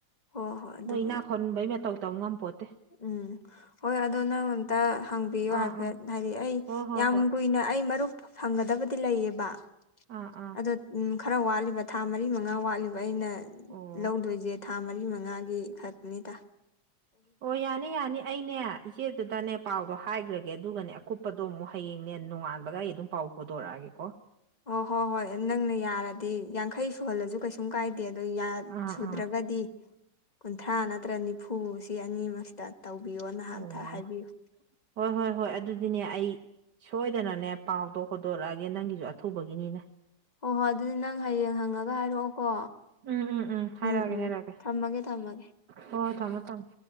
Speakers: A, on the left; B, on the right.
A: ꯍꯣꯏ ꯍꯣꯏ ꯑꯗꯨꯕꯨꯗꯤ
B: ꯃꯣꯏ ꯏꯅꯥꯛꯈꯣꯟꯕꯩ ꯃꯇꯧ ꯇꯧ ꯉꯝꯄꯣꯠꯇꯦ
A: ꯎꯝ ꯍꯣꯏ ꯑꯗꯨꯗꯣ ꯅꯪ ꯑ ꯇ ꯍꯪꯕꯤꯌꯨ
B: ꯑꯥ
A: ꯍꯥꯏꯐꯦꯠ
B: ꯑꯥ
A: ꯍꯥꯏꯗꯤ ꯑꯩ
B: ꯍꯣꯏ ꯍꯣꯏ
A: ꯌꯥꯝ
B: ꯍꯣꯏ
A: ꯀꯨꯏꯅ ꯑꯩ ꯃꯔꯨꯞ ꯐꯪꯒꯗꯕꯗꯤ ꯂꯩꯌꯦꯕ
B: ꯑꯥ ꯑꯥ
A: ꯑꯗꯣ ꯎꯝ ꯈꯔ ꯋꯥꯠꯂꯤꯕ ꯊꯥ ꯃꯔꯤ ꯃꯉꯥ ꯋꯥꯠꯂꯤꯕ ꯑ ꯑꯩꯅ
B: ꯑꯣ
A: ꯂꯧꯗꯣꯏꯁꯦ ꯊꯥ ꯃꯔꯤ ꯃꯉꯥꯒꯤ ꯈꯛꯅꯤ ꯇ
B: ꯑꯣ ꯌꯥꯅꯤ ꯌꯥꯅꯤ ꯑꯩꯅꯦ ꯏꯆꯦꯗꯨꯗꯅꯦ ꯄꯥꯎꯗꯣ ꯍꯥꯏꯈ꯭ꯔꯒꯦ ꯑꯗꯨꯒꯅꯦ ꯑꯀꯨꯞꯄꯗꯣ ꯑꯃꯨꯛ ꯍꯌꯦꯡꯅꯦ ꯅꯣꯡꯉꯥꯟꯕꯒ ꯑꯩ ꯑꯗꯨꯝ ꯄꯥꯎ ꯄꯨꯗꯣꯔꯛꯑꯒꯦꯀꯣ
A: ꯑꯣ ꯍꯣ ꯍꯣꯏ ꯅꯪꯅ ꯌꯥꯔꯗꯤ ꯌꯥꯡꯈꯩ ꯁꯨꯍꯜꯂꯁꯨ ꯀꯩꯁꯨꯝ ꯀꯥꯏ ꯠꯇꯦ ꯑꯗꯨ
B: ꯑꯥ
A: ꯁꯨꯗ꯭ꯔꯒꯗꯤ
B: ꯑꯥ
A: ꯀꯨꯟꯊ꯭ꯔꯥ ꯅꯠꯇ꯭ꯔ ꯅꯤꯐꯨ ꯁꯤ ꯑꯅꯤꯃꯛꯁꯤꯗ ꯇꯧꯕꯤꯌꯣꯅ ꯑꯃꯝꯇ
B: ꯑꯣ
A: ꯍꯥꯏꯕꯤꯌꯨ꯫
B: ꯍꯣꯏ ꯍꯣꯏ ꯍꯣꯏ ꯑꯗꯨꯗꯤꯅꯦ ꯑꯩ ꯁꯣꯏꯗꯅꯅꯦ ꯄꯥꯎꯗꯣꯛ ꯍꯨꯇꯣꯔꯛꯑꯒꯦ ꯅꯪꯒꯤꯁꯨ ꯑꯊꯨꯕꯒꯤꯅꯤꯅ
A: ꯍꯣ ꯍꯣꯏ ꯑꯗꯨꯗꯤ ꯅꯪ ꯍꯌꯦꯡ ꯍꯪꯉꯒ ꯍꯥꯏꯔꯛꯑꯣꯀꯣ
B: ꯎꯝ ꯎꯝ ꯍꯥꯏꯔꯛꯑꯒꯦ
A: ꯎꯝ ꯎꯝ
B: ꯍꯥꯏꯔꯛꯑꯒꯦ
A: ꯊꯝꯃꯒꯦ ꯊꯝꯃꯒꯦ
B: ꯍꯣꯏ ꯊꯝꯃꯣ ꯊꯝꯃꯣ